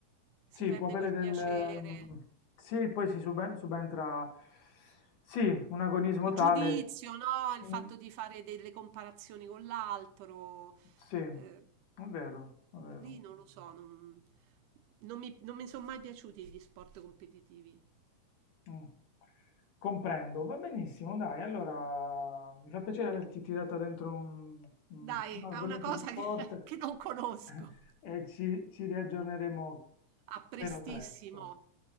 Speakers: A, on the right; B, on the left.
A: Si
B: Sì,
A: perde
B: può avere
A: quel
B: del...
A: piacere,
B: mm, Sì, poi si suben- subentra... Sì, un agonismo
A: il
B: tale...
A: giudizio, no? Il
B: mm,
A: fatto di fare delle comparazioni con l'altro.
B: Sì, è
A: eh,
B: vero, è vero.
A: lì non lo so, non non mi non mi sono mai piaciuti gli sport competitivi.
B: Mm. Comprendo, va benissimo, dai. Allora, mi fa piacere averti tirata dentro un, un-
A: Dai,
B: un argomento
A: a una cosa
B: di sport
A: che, <laughs> che non conosco.
B: <laughs> e ci, ci riaggiorneremo
A: A prestissimo.
B: però presto.